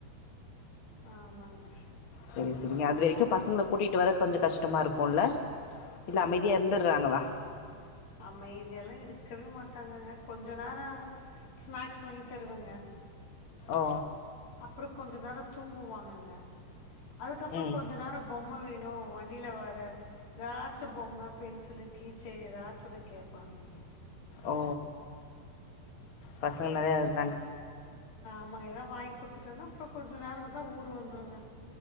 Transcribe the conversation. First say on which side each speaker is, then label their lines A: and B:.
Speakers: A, on the left; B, on the left.
A: ஆமாங்க
B: சேரி சேரிங்க அது வரைக்கு பசங்கள கூட்டிட்டு வர கொஞ்ச கஷ்டமா இருக்குல இல்ல அமைதியா இருந்துடுறாங்களா
A: அமைதியெல்லாம் இருக்கவே மாட்டாங்கங்க கொஞ்ச நேர ஸ்நாக்ஸ் வாங்கி தருவங்க
B: ஓ
A: அப்புற கொஞ்ச நேர தூங்குவாங்கங்க அதுக்கப்புற
B: ம்
A: கொஞ்ச நேர பொம்மை வேண் வேணு வண்டியில வர ஏதாச்சு பொம்ம பென்சிலு கீ செயினு ஏதாச்சு ஒன்னு கேப்பாங்க
B: ஓ பசங்க நறைய இருந்தாங்க
A: நம்ம எதா வாங்கி கொடுத்துட்டோனா அப்புற கொஞ்ச நேர வந்த ஊர் வந்துருங்க